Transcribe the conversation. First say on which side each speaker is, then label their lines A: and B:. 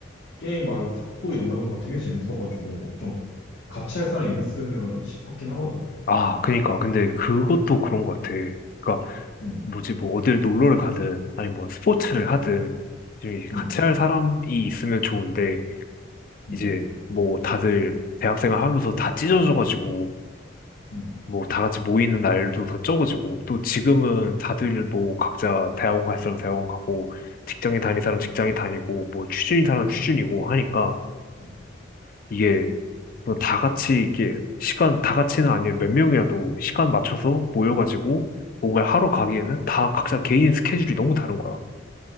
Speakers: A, on the left (about 65°); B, on the left (about 45°).
A: 게임 말고 탁구 이런 거 해보니까 되게 재밌어가지고 좀 같이 할 사람이 있었으면 싶었긴 하거든.
B: 아, 그니까. 근데 그것도 그런 것 같아. 그러니까
A: 응,
B: 뭐지, 뭐, 어딜 놀러를 가든, 아니, 뭐, 스포츠를 하든, 좀 이제
A: 응,
B: 같이 할 사람이 있으면 좋은데,
A: 응,
B: 이제, 뭐, 다들 대학생활 하면서 다 찢어져가지고,
A: 응,
B: 뭐, 다 같이 모이는 날도 더 적어지고, 또 지금은 다들 뭐, 각자 대학원 갈 사람 대학원 가고, 직장인 다닐 사람
A: 응.
B: 직장인 다니고, 뭐, 취준인 사람 취준이고 하니까,
A: 응.
B: 이게, 뭐다 같이, 이게, 시간, 다 같이는 아니에요. 몇 명이라도 시간 맞춰서 모여가지고, 뭔가 하러 가기에는 다 각자 개인 스케줄이 너무 다른 거야.